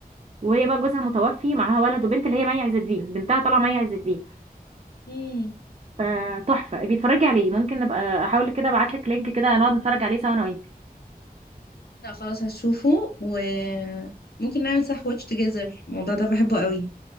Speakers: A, on the right; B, on the left.
A: وهي بقى جوزها متوفي معاها ولد وبنت اللي هي مي عز الدين بنتها طالعه مي عز الدين
B: مم.
A: فتحفه بيتفرجي عليه ممكن نبقى احاول كده ابعت لك لينك كده نقعد نتفرج عليه سوا انا وانتي
B: لا خلاص هشوفه وممكن نعمل صح واتش توجذر الموضوع ده بحبه قوي